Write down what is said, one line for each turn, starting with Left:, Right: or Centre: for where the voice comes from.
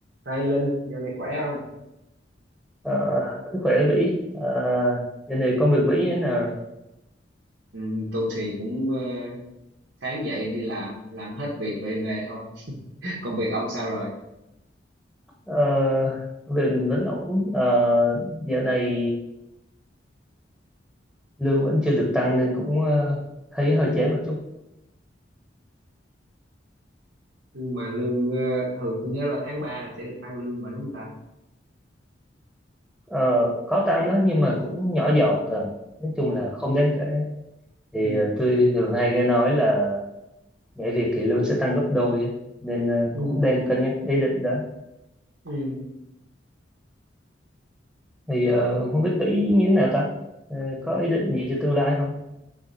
Right: Hai Linh, dạo này khỏe không?
Centre: Ờ, vẫn khỏe Vĩ Ờ, Dạo này công việc Vĩ như thế nào rồi
Right: Ừ, tôi thì cũng ờ, sáng dậy đi làm, làm hết việc rồi về thôi. <laughs> Công việc ông sao rồi?
Centre: Ờ, công việc mình vẫn ổn Ờ, dạo này lương vẫn chưa được tăng nên cũng ờ, thấy hơi chán một chút
Right: Nhưng mà lương ờ, thường tôi nhớ là tháng 3 là sẽ được tăng lương mà đúng không ta?
Centre: Ờ, có tăng đó nhưng mà cũng nhỏ giọt rồi nói chung là không đáng kể thì
Right: Ừ,
Centre: ờ, tôi thường hay nghe nói là nhảy việc thì lương sẽ tăng gấp đôi á. nên ờ,
Right: ừ,
Centre: cũng đang cân nhắc ý định đó
Right: ừ.
Centre: thì ờ, không biết Vĩ như thế nào ta Ờ, có ý định gì cho tương lai không